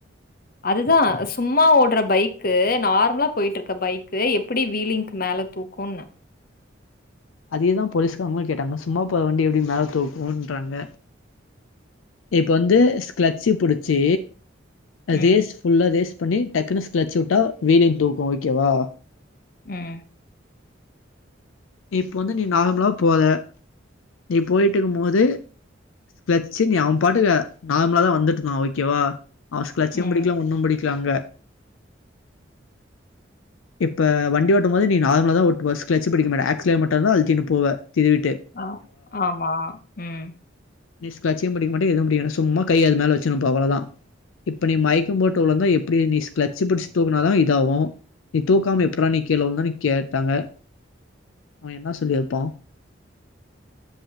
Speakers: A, on the left; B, on the left.
A: அதுதா சும்மா ஓடுற பைக்கு நார்மலா பொயிட்ருக்க பைக்கு எப்படி வீலிங்க்கு மேல தூக்குண்ண
B: அதேதா போலீஸ்காரங்ளு கேட்டாங்க சும்மா போற வண்டி எப்டி மேல தூக்குன்றாங்க இப்ப வந்து ஸ்க்லட்சி புடிச்சி அதேஸ்
A: ம்,
B: ஃபுல்லா ரேஸ் பண்ணி டக்குனு ஸ்கலச்சு உட்டா வீலிங் தூக்கு ஓகேவா
A: ம்
B: இப்போ வந்து நீ நார்மலா போர நீ பொயிட்டுக்கும் போது கிளச்சு நீ அவ பாட்டுக்கு நார்மலா தா வந்துட்ருந்தா ஓகேவா அவ ஸ்கலட்சு
A: ம்.
B: புடிக்லா ஒண்ணு புடிக்லா அங்க இப்ப வண்டி ஓட்டு போது நீ நர்மலதா ஓட்டுவே ஸ்கலச்சு புடிக்க மாட்டே ஆக் ஸலேட்டர் மட்டு தா அழுத்தின்னு போவ திருவிட்டு
A: அ ஆமா ம்
B: ஸ்கலச்சு புடிக்க மாட்ட எதுவு புடிக்க மாட்ட சும்மா கை அது மேல வச்சுனுப்ப அவ்ளோத இப்ப நீ மயக்கம் போட்டு உலுந்தா எப்டி நீ ஸ்கலட்சி புடிச்சி தூக்குனாதா இதாவு நீ தூக்காம எப்புட்ரா நீ கிழ உளுந்தேனு கேட்டாங்க அவ என்ன சொல்லிருப்பா